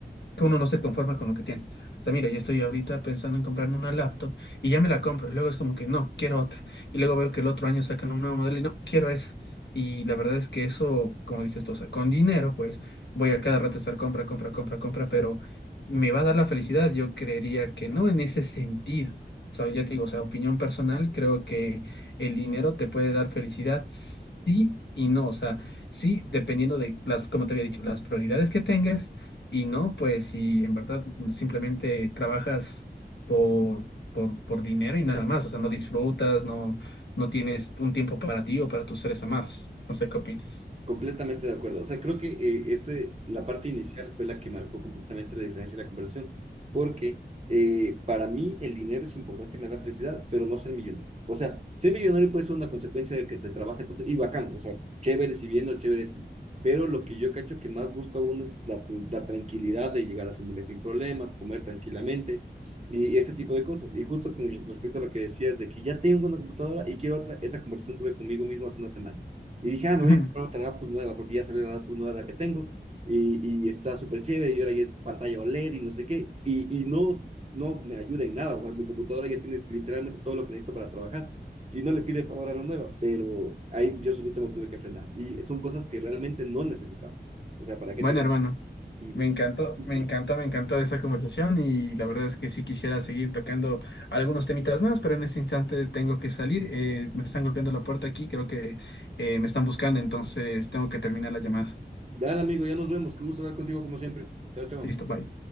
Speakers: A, on the left; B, on the right.
A: que uno no se conforma con lo que tiene. O sea, mira, yo estoy ahorita pensando en comprarme una laptop y ya me la compro. Y luego es como que no, quiero otra. Y luego veo que el otro año sacan un nuevo modelo y no, quiero esa. Y la verdad es que eso, como dices tú, o sea, con dinero, pues voy a cada rato estar compra, compra, compra, compra, pero me va a dar la felicidad. Yo creería que no en ese sentido. O sea, ya te digo, o sea, opinión personal, creo que el dinero te puede dar felicidad, sí y no. O sea, sí, dependiendo de las, como te había dicho, las prioridades que tengas y no, pues si en verdad simplemente trabajas por, por, por dinero y nada más, o sea, no disfrutas, no, no tienes un tiempo para ti o para tus seres amados. No sé qué opines.
B: Completamente de acuerdo. O sea, creo que eh, ese, la parte inicial fue la que marcó completamente la diferencia de la conversación, porque eh, para mí el dinero es importante, me da felicidad, pero no ser millonario. O sea, ser millonario puede ser una consecuencia de que se trabaje tanto y bacán, o sea, chévere si bien o chévere si no. Pero lo que yo cacho que más busca uno es la, la tranquilidad de llegar a fin de mes sin problema, comer tranquilamente y este tipo de cosas. Y justo con respecto a lo que decías de que ya tengo una computadora y quiero otra, esa conversación tuve conmigo mismo hace una semana. Y dije, ah, me
A: <laughs>
B: voy a comprar otra laptop nueva, porque ya salió la laptop nueva la que tengo, y, y está súper chévere, y ahora ya es pantalla OLED y no sé qué, y, y no, no me ayuda en nada, o sea, mi computadora ya tiene literalmente todo lo que necesito para trabajar, y no le pide favor a la nueva, pero ahí yo solito me tuve que frenar, y son cosas que realmente no necesitamos, o sea, ¿para qué
A: Bueno,
B: te voy?
A: hermano,
B: Ujú.
A: me encantó,
B: <laughs>
A: me encanta, me encanta esa conversación y la verdad es que sí quisiera seguir tocando algunos temitas más, pero en este instante tengo que salir. eh, me están golpeando la puerta aquí, creo que eh, me están buscando, entonces tengo que terminar la llamada.
B: Dale, amigo, ya nos vemos, qué gusto hablar contigo como siempre. Chao, chao.
A: Listo, bye.